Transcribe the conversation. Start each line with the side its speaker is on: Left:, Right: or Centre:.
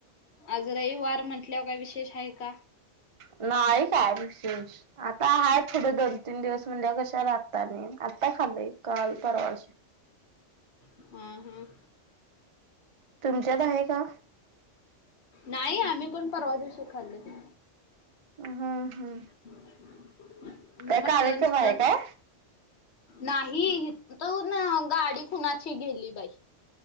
Left: आज रविवार म्हंटल्यावर का विशेष आहे का?
Right: नाहीय काय विशेष. आता आहेत पुढे दोन -तीन दिवस, म्हटल्यावर कशाला आता आणि, आता खाल्लंय काल परवाशी.
Left: हम्, हम्म.
Right: तुमच्यात आहे का?
Left: नाही आम्ही पण परवादिवशी खाल्लोय.
Right: हम्म, हम्.
Left: <unintelligible>
Right: काय कार्यक्रम
Left: चिकन
Right: आहे काय?
Left: नाही इथून गाडी कुणाची गेली बाई